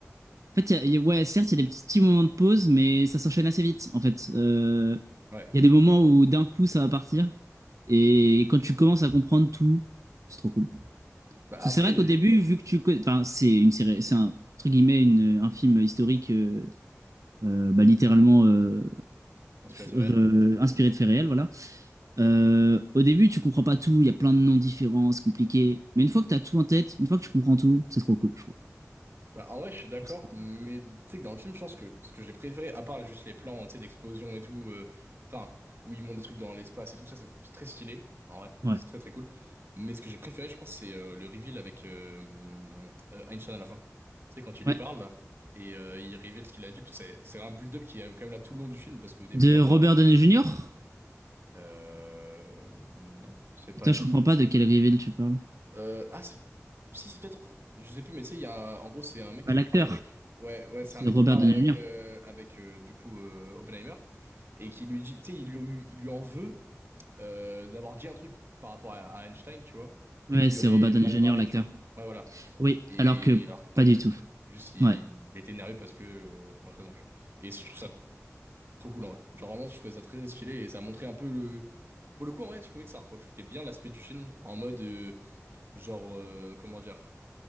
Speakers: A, on the right (about 80°); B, on the right (about 45°).
A: en fait, il y a- il y a- ouais, certes, il y a des petits petits moments de pause, mais ça s'enchaîne assez vite, en fait. Euh,
B: ouais.
A: Il y a des moments où d'un coup, ça va partir. Et quand tu commences à comprendre tout, c'est trop cool. Parce
B: Bah, après,
A: que C'est vrai qu'au début, vu que tu connais, enfin, c'est une série, c'est un entre guillemets une- un film historique, euh, euh, bah, littéralement euh,
B: inspiration
A: f- re-
B: réelle.
A: inspiré de faits réels, voilà. Euh, au début, tu comprends pas tout, il y a plein de noms différents, c'est compliqué. Mais une fois que tu as tout en tête, une fois que tu comprends tout, c'est trop cool, je trouve.
B: Bah, en vrai, je suis d'accord,
A: Je trouve que c'est trop cool.
B: mais tu sais que dans le film, je pense que ce que j'ai préféré, à part juste les plans, tu sais, d'explosion et tout, euh, enfin, où ils montent des trucs dans l'espace et tout, ça, c'est très stylé, en vrai,
A: Ouais.
B: c'est très très cool. Mais ce que j'ai préféré, je pense, c'est euh, le reveal avec euh, euh, Einstein à la fin. Tu sais, quand il lui
A: Ouais.
B: parle, là, et euh, il révèle ce qu'il a dit, parce que c'est c'est un build-up qui est quand même là tout le long du film, parce qu'au début,
A: De
B: il en
A: Robert
B: parle.
A: Downey Jr.
B: Euh, non, c'est pas
A: Putain,
B: Einstein.
A: je comprends pas de quel reveal tu parles.
B: Euh, ah, c'est- si, c'est peut-être. Je sais plus, mais tu sais, il y a un- en gros, c'est un mec
A: Bah,
B: qui
A: l'acteur,
B: parle avec. Ouais, ouais, c'est
A: c'est
B: un mec
A: Robert
B: qui parle
A: Downey
B: avec,
A: Jr.
B: euh, avec euh, du coup, euh, Oppenheimer et qui lui dit. Tu sais, il lui, il lui en veut euh, d'avoir dit un truc par rapport à, à Einstein, tu vois,
A: Ouais,
B: et qu'il
A: c'est
B: lui aurait
A: Robert Downey
B: mal
A: Jr.
B: parlé,
A: l'acteur.
B: tu vois. Ouais, voilà.
A: Oui,
B: Et
A: alors que
B: alors que pas
A: pas
B: du
A: du
B: tout.
A: tout.
B: Juste, il,
A: Ouais.
B: il était énervé parce que. euh, pour une raison, tu vois. Et je trouve ça trop cool, en vrai. Genre, vraiment, je trouvais ça très stylé et ça montrait un peu le. Pour le coup, en vrai, je trouvais que ça reflétait bien l'aspect du film en mode. euh, genre, euh, comment dire.